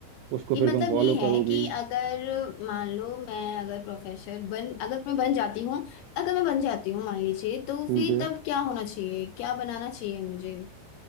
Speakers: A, on the right; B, on the left.
A: उसको
B: ये
A: फिर
B: मतलब
A: तुम फॉलो
B: ये है
A: करोगी
B: कि अगर मान लो मैं अगर प्रोफेसर बन अगर मैं बन जाती हूँ अगर मैं बन जाती हूँ मान लीजिए तो
A: ठीक
B: फिर
A: है
B: तब क्या होना चाहिए क्या बनाना चाहिए मुझे